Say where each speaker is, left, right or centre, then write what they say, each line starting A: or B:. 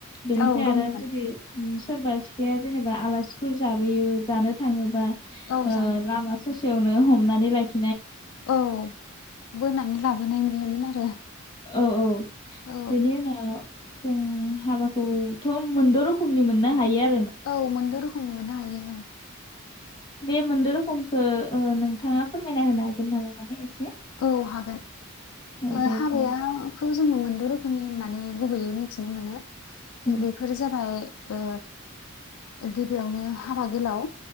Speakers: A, on the left; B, on the left.
A: बेनिफ्राय
B: औ दंमोन।
A: आरो जुदि सोरबा सिख्लाया जेनेबा आलासिफोर जाबोयो जानो थाङोबा
B: औ
A: ओ
B: जानो
A: लामा ससेयावनो हमनानै लाखि
B: औ बोनानै लाबोनाय बेमोन आरो।
A: औ औ
B: औ
A: बेनि उनाव जों हाबाखौथ' मोनद' रोखोमनि मोननो हायो आ
B: औ मोन द' रो खोमनि मोननो हायो औ।
A: बे मोनद' रोखोमखौ ओ नोंथाङा फोरमायना होनो हागोन नामा माने एसे?
B: औ हागोन
A: औ
B: ओ
A: दे
B: हाबायाखौ
A: बुं
B: जोङो मोनद' रोखोमनि होननानै गुबैयै मिथिनो मोनो।
A: उम,
B: ओ बेफोर जाबाय ओ गिबियावनो हाबा गोलाव